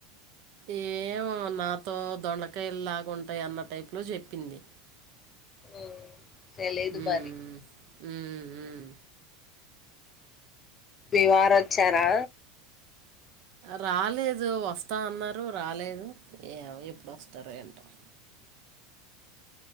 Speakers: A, on the right; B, on the left.
A: ఏమో నాతో దొండకాయలు లాగాంటాయి అన్న టైప్ లో చెప్పింది
B: ఉమ్ సెలెద్
A: మ్మ్.
B: మారి
A: మ్మ్, మ్మ్.
B: మీ వారు వచ్చారా
A: రాలేదు వస్తా అన్నారు రాలేదు ఏ ఎప్పుడు వస్తారు ఏంట <inaudible>